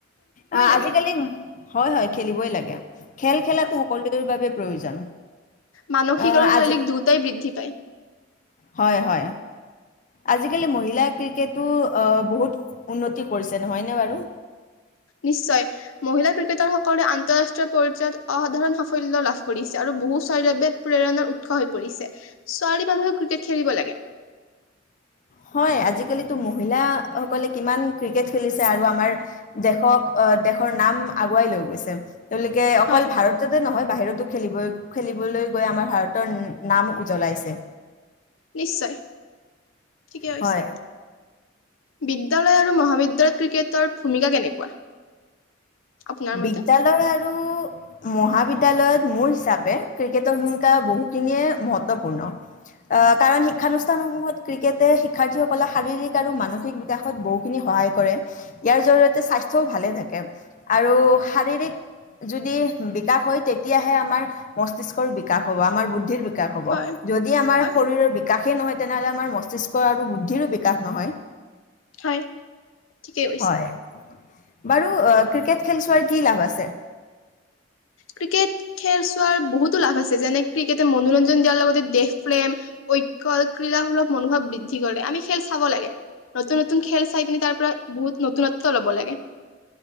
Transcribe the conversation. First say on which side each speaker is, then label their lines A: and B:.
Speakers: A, on the left (about 40°); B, on the left (about 85°).
A: আহ
B: লাগে
A: আজিকালি উ হয় হয় খেলিবই লাগে খেল খেলাতো
B: হয়
A: সকলোৰে বাবে প্ৰয়োজন
B: মানসিক
A: আহ,
B: আৰু
A: আজি
B: শাৰীৰিক দুয়োটাই বৃদ্ধি পায়।
A: হয় হয় আজিকালি মহিলাই ক্ৰিকেটো বহুত উন্নতি কৰিছে নহয়নে বাৰু।
B: নিশ্চয় মহিলা ক্ৰিকেটাৰসকলে আন্তঃৰাষ্ট্ৰীয় পৰ্যায়ত অসাধাৰণ সাফল্য লাভ কৰিছে আৰু বহু সয়দবে প্ৰেৰণাৰ উৎস হৈ পৰিছে ছোৱালী মানুহে ক্ৰিকেট খেলিব লাগে।
A: হয় আজিকালিতো মহিলাসকলে কিমান ক্ৰিকেট খেলিছে আৰু আমাৰ দেশক দেশৰ নাম আগুৱাই লৈ গৈছে। তেওঁলোকে অকল
B: হয়
A: ভাৰততে নহয় বাহিৰত খেলিবই খেলিবলৈ গৈ আমাৰ ভাৰতৰ নাম উজ্বলাইছে।
B: নিশ্চয়। ঠিকে কৈছে
A: হয়।
B: বিদ্যালয় আৰু মহাবিদ্যালয়ত ক্ৰিকেটৰ ভূমিকা কেনেকুৱা? আপোনাৰ
A: বিদ্যালয়
B: মতে
A: আৰু মহাবিদ্যালয়। বিদ্যলয়ত মোৰ হিচাপে ক্ৰিকেটৰ ভূমিকা বহুখিনিয়ে মহত্বপূৰ্ণ আহ কাৰণ শিক্ষানুষ্ঠানসমূহত ক্ৰিকেটে শিক্ষাৰ্থীসকলৰ শাৰীৰিক আৰু মানসিক বিকাশত বহুখিনি সহায় কৰে ইয়াৰ জৰিয়তে স্বাস্থ্যও ভালে থাকে। আৰু শাৰীৰিক যদি বিকাশ হয় তেতিয়াহে আমাৰ মস্তিষ্কৰ বিকাশ হ'ব। আমাৰ বুদ্ধিৰ বি বিকাশ হ'ব
B: হয়
A: যদি আমাৰ
B: হয়
A: শৰীৰৰ বিকাশ সেই নহয় তেনেহ'লে আমাৰ মস্তিষ্ক আৰু বুদ্ধিৰো বিকাশ নহয়।
B: হয় ঠিকেই কৈছা।
A: হয় বাৰু ক্ৰিকেট। খেল চোৱাৰ কি লাভ আছে।
B: ক্ৰিকেট খেল চোৱাৰ বহুতো লাভ আছে। যেনে ক্ৰিকেটে মনোৰঞ্জন দিয়াৰ লগতে দেশ প্ৰেম ঐক্য ক্ৰীড়া সূলভ মনোভাৱ বৃদ্ধি কৰে আমি খেল চাব লাগে নতুন নতুন খেল চাই পিনে তাৰ পৰা বহুত নতুনত্ব ল'ব লাগে।